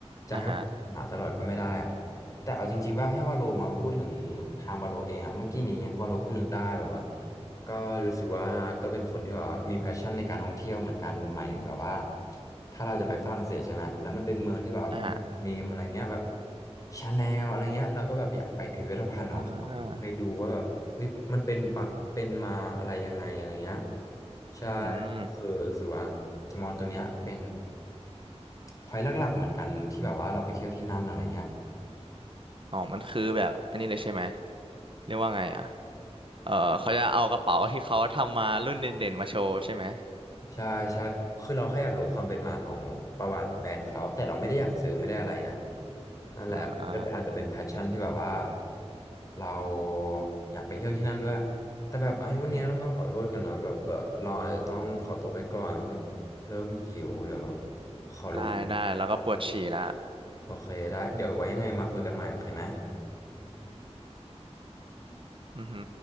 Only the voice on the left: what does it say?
จะให้หาตลอดก็ไม่ได้อะ
แต่เอาจริงๆว่าให้วาโลมาพูดถึงทางวาโลเองอะเมื่อกี้นี้วาโลเพิ่งนึกได้แบบว่าก็รู้สึกว่าก็เป็นคนที่แบบว่ามีแพชชั่นในการท่องเที่ยวเหมือนกันหมายถึงแบบว่าถ้าเราจะไปฝรั่งเศสใช่ไหมแล้วมันเป็นเมืองที่แบบ
เนมอะไรเงี้ยแบบชาแนลอะไรเงี้ยเราก็แบบอยากไปพิพิธภัณฑ์ของเขาไปดูว่าแบบเฮ้ยมันเป็นปะเป็นมาอะไรยังไงอะไรเงี้ย
ใช่ก็คือรู้สึกว่าจะมองตัวเนี้ยเป็น
พอยต์หลักๆเหมือนกันที่แบบว่าเราไปเที่ยวที่นั่นอะไรเงี้ย
ใช่ใช่คือเราแค่อยากรู้ความเป็นมาของประวัติแบรนด์เขาแต่เราไม่ได้อยากซื้อไม่ได้อะไรนะนั่นแหละก็เลยอาจจะเป็นแพชชั่นที่แบบว่า
เราอยากไปเที่ยวที่นั่นด้วยแต่แบบไอ้วันเนี้ยเราต้องขอโทษกันเนาะแบบเอ่อเราอาจจะต้องขอตัวไปก่อน
เริ่มหิวเดี๋ยวขอลง
โอเคได้เดี๋ยวไว้ยังไงมาคุยกันใหม่โอเคไหม